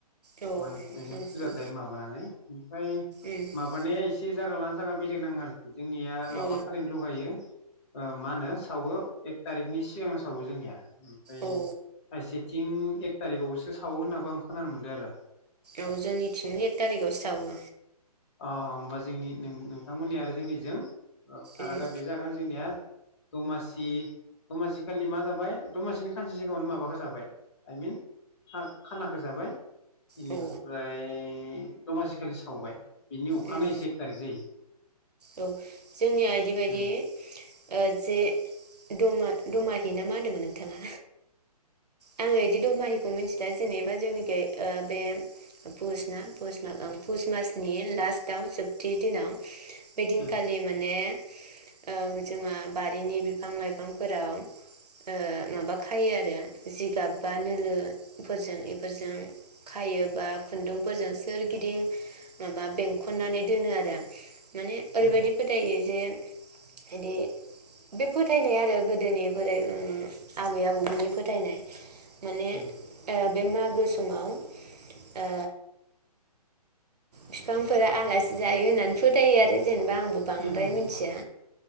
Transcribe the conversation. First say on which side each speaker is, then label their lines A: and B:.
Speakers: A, on the right; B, on the left.
A: औ
B: <unintelligible>
A: नोंसिनि
B: ओमफ्राय माबानानै ओमफ्राय
A: उम
B: माबानाया एसे जागा लाना जागा बेलेग नाङा आरो। जोंनिया माबा
A: औ
B: खालिनो लगायो। ओ मा होनो सावो एक थारिखनि सिगांनो सावो जोंनिया ओमफ्राय
A: औ
B: खायसेथिं एक थारिखआवसो सावो होनाबो आं खोनानो मोनदों आरो।
A: औ जोंनि थिनि एक थारिखावसो सावो।
B: अ होमबा जोंनि नों-नोंथांमोननि आरो जोंनिजों फारागा
A: उम
B: बे जागोन जोंनिया दमासि दमासि खालि मा जाबाय दमासिनि खानसे सिगाङावनो माबाखो जाबाय आइ मिन खा-खानाखौ जाबाय। इनिफ्राय
A: औ
B: ए दमासि खालि सावबाय बिनि अखानायैसो
A: उम
B: एक थारिख जायो।
A: औ जोंनिया इदि बादि
B: उम
A: ओ जे दमा-दमाहि ना मा होनदोंमोन नोंथाङा? आङो बिदि दमाहिखौ मिथि दा जेनेबा जोंनिखि ओ बे पुसना पुस मासनि लास्टाव जोबथि दिनाव बेदिनखालि
B: उम
A: माने ओ जोंहा बारिनि बिफां लाइफांफोराव ओ माबा खायो आरो जिगाब बा नोलोफोरजों बेफोरजों खायो बा खुन्दुंफोरजों सोरगिदिं माबा बेंखननानै दोनो आरो। माने ओरैबायदि
B: उम
A: फोथायो। जे इदि बे फोथायनाय आरो गोदोनि बोराइ मुं आबै आबौमोननि फोथायनाय। माने
B: उम
A: ओ बे मागो समाव ओ बिफांफोरा आलासि जायो होननानै फोथायो आरो। जेनबा आंबो बांद्राय
B: उम उम
A: मिथिया
B: उम